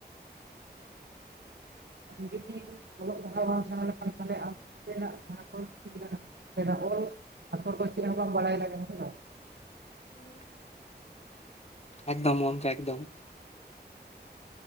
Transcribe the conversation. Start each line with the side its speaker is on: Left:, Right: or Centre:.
Right: <unintelligible> ᱚᱞᱚᱜ ᱯᱟᱲᱦᱟᱣ ᱵᱟᱢ ᱥᱟᱲᱟ ᱞᱮᱠᱷᱟᱱ ᱛᱟᱞᱦᱮ <unintelligible> ᱚᱞ ᱟᱠᱷᱚᱨ ᱠᱚ ᱪᱮᱜ ᱦᱚᱸ ᱵᱟᱢ ᱵᱟᱲᱟᱭ ᱵᱟᱝ
Left: <unintelligible> ᱮᱠᱫᱚᱢ ᱢᱚᱝᱠᱮ ᱮᱠᱫᱚᱢ᱾